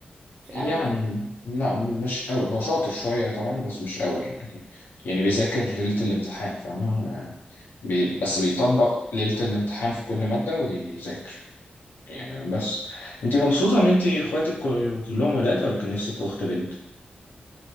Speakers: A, on the right (about 35°); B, on the left (about 75°).
A: مش
B: يعني
A: قوي يعني
B: لا مش قوي هو شاطر شوية طبعا بس مش قوي يعني يعني بيذاكر ليلة الامتحان فاهم يعني بي بس بيطبق ليلة الامتحان في كل مادة ويذاكر يعني بس انت مبسوطة ان انت اخواتك كل- كلهم ولاد ولا كان نفسك في اخت بنت؟